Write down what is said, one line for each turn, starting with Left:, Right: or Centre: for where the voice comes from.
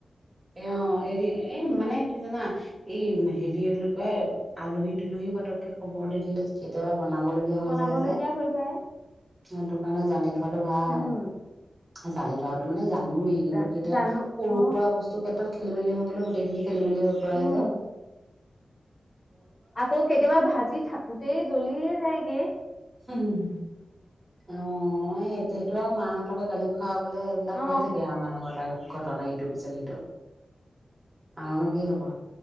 Right: এ এৰি এ মানে কি জানা এই হেৰি কয় আলহী-দুলহী পতককে খবৰ দি দিলে কেতিয়াবা বনাবলগীয়া হৈ
Left: বনাবলগীয়া
Right: যায় যে
Left: হৈ যায়
Right: সেইটো কাৰণে জানো থোৱাটো ভাল
Left: উম
Right: জানি থোৱাটো মানে জা এনেও এই দিনটোত
Left: জা-
Right: কেতিয়া
Left: জানো
Right: সৰু-সুৰা
Left: অ
Right: বস্তু ক্ষেত্ৰত খেলি মেলি হৈ গ'লো গোটেইখিনি খেলিমেলি হৈ পৰা
Left: উম
Right: যায়
Left: আকৌ কেতিয়াবা ভাজি থাকোতেই জ্বলিয়ে যায়গে
Right: উম অ এইটো সেইটো আৰু মাহঁতৰ পৰা গালি খোৱা লে এইবিলাক
Left: অ
Right: হৈ থাকে আমাৰ লগত আৰু ঘটনা ইটোৰ পিছত সিটোৰ আৰুনো কি হ'ব